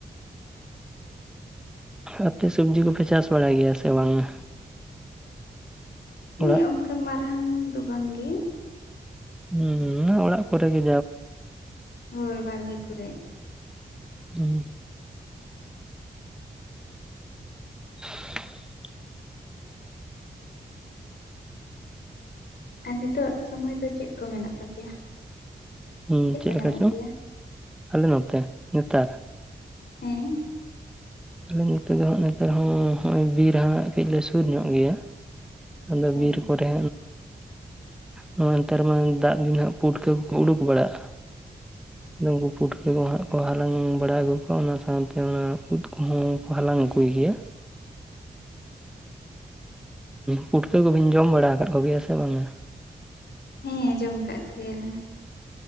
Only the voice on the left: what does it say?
ᱦᱮᱸ
ᱚᱱᱠᱟ ᱢᱟᱨᱟᱝ ᱫᱚ ᱵᱟᱝᱜᱮ᱾
ᱦᱳᱭ ᱵᱟᱲᱜᱮ ᱠᱚᱨᱮᱜ᱾
ᱟᱨ ᱱᱤᱛᱚᱜ ᱥᱳᱢᱳᱭ ᱫᱚ ᱪᱮᱫ ᱠᱚ ᱢᱮᱱᱟᱜ ᱛᱟᱯᱮᱭ-ᱟ?
ᱠᱚ
ᱧᱟᱢᱚᱜ
ᱜᱮᱭᱟ
ᱦᱮᱸ
ᱦᱳᱭ
ᱦᱮᱸ ᱡᱚᱢ ᱠᱚᱜᱮᱭᱟᱞᱤᱧ ᱾